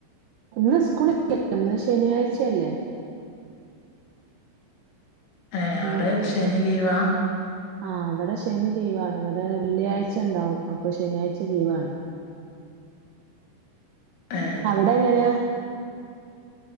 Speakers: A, on the right (about 80°); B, on the left (about 80°).
A: ഒന്ന് സ്കൂള ഒന്ന് ശനിയാഴ്ചയല്ലേ
B: ഏ അവിടെ
A: ഇന്ന്
B: ശനി
A: ശ
B: ലീവാ
A: ആ ഇവിടെ ശനി ലീവാണ് ഇവിടെ വെള്ളിയാഴ്ച ഉണ്ടാവും അപ്പൊ ശനിയാഴ്ച ലീവാണ്
B: ഏ
A: അവിടെ എങ്ങനെയാ